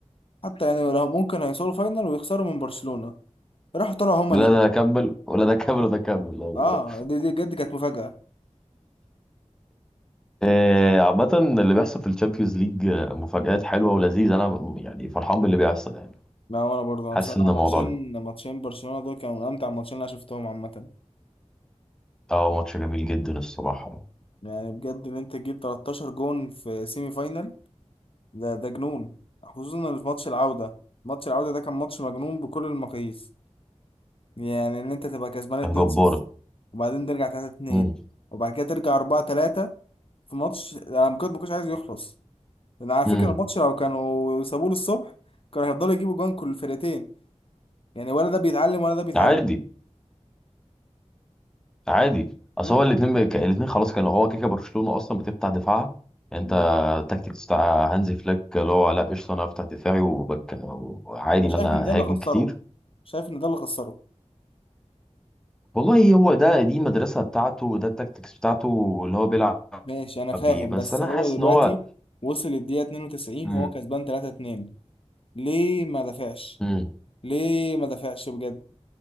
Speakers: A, on the left; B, in the centre.
A: حتى يعني لو ممكن هيوصلوا فاينل ويخسروا من برشلونة راحوا طلعوا هما
B: لا
A: الاتنين
B: ده كمل ولا ده كمل ولا ده كمل والله.
A: اه دي دي بجد كانت مفاجأة
B: آه، عامة اللي بيحصل في الشامبيونز ليج مفاجآت حلوة ولذيذة أنا م- يعني فرحان باللي بيحصل يعني
A: لا وانا برضه انا
B: حاسس
A: بصراحه
B: إن
A: ماتشين
B: الموضوع ده
A: ماتشين برشلونه دول كانوا من امتع الماتشين اللي انا شفتهم عامه
B: أه ماتش جميل جدا الصراحة
A: يعني بجد ان انت تجيب 13 جون في سيمي فاينال ده ده جنون خصوصا إن في ماتش العوده ماتش العوده ده كان ماتش مجنون بكل المقاييس يعني ان انت تبقى كسبان 2-0
B: كان جبار
A: وبعدين ترجع 3-2
B: مم.
A: وبعد كده ترجع 4-3 في ماتش انا ما كنت ما كنتش عايز يخلص انا على
B: مم.
A: فكره الماتش لو كانوا سابوه للصبح كانوا هيفضلوا يجيبوا جوان كل الفرقتين يعني ولا ده بيتعلم ولا ده بيتعلم
B: عادي عادي أصل
A: امم
B: هو الاتنين بي... ك- الاتنين خلاص كانوا هو كده كده برشلونة أصلا بتفتح دفاعها يعني
A: بالظبط
B: أنت التكتيكس بتاع هانزي فليك اللي هو لا قشطة أنا أفتح دفاعي وبك... وعادي
A: انا
B: إن
A: شايف
B: أنا
A: ان ده اللي
B: هاجم
A: خسره
B: كتير
A: شايف ان ده اللي خسره
B: والله هو ده دي المدرسة بتاعته وده التكتكس بتاعته اللي هو بيلعب
A: ماشي انا فاهم
B: بيه بس
A: بس
B: أنا
A: هو
B: حاسس
A: دلوقتي
B: إن هو
A: وصل الدقيقة 92
B: مم.
A: وهو كسبان 3-2 ليه ما دافعش
B: مم.
A: ليه ما دافعش بجد